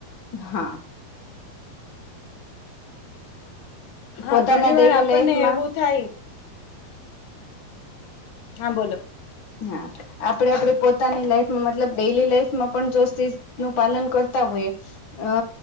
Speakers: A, on the left; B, on the left.
A: હા
B: હા
A: પોતાના
B: ઘણી
A: ડેલી
B: વાર આપણને
A: લાઈફમાં
B: એવું થાય હા બોલો
A: હા આપડે આપડે પોતાની લાઈફમાં મતલબ ડેલી લાઈફમાં પણ જો સિર્ફ નું પાલન કરતા હોઈય અ